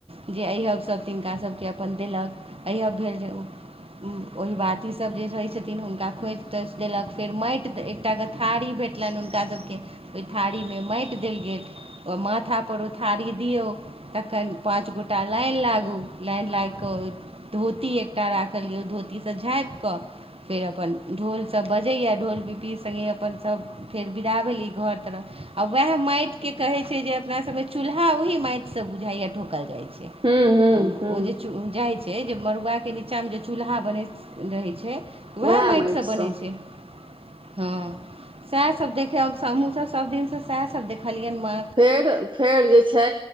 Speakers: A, on the right; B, on the right.
A: जे अइब सभ तिनका सभके अपन देलक अइहब भेल जे ओ ओहि बाती सब जे रहै छथिन हुनका खोज तो देलक फेर माटि एकटा के थारी भेट भेटलनि हुनका सभके ओहि थारी मे माटि देल गेल ओ मथााप उ थारी दियौ तखन पाँच गोटा लाइन लागू लाइन लागि कऽ धोती एकटा राखलियए गैल धोती सँ झाँपि कऽ फेर अपन ढ़ोल सभ बजैए ढ़ोल पिबी संगे अपन सभ फेर बिदा भेली घर तरफ आ उएह माटिकेँ कहैत छै जे अपनासभमे चूल्हा ओही माटिसँ बुझाइए ठोकल जाइत छै
B: हूँ हूँ हूँ
A: ओ जे जाइ छै से जे मड़ुआ के नीचाँ मे जे चूल्हा बनैत रहै छै वएह
B: उएह
A: माटि
B: माटिसँ
A: सँ बनै छै हँ सएह सब देखेब हमहूँ सब सब दिनसँ सएह सब देखलियनि मा
B: फेर फेर जे छै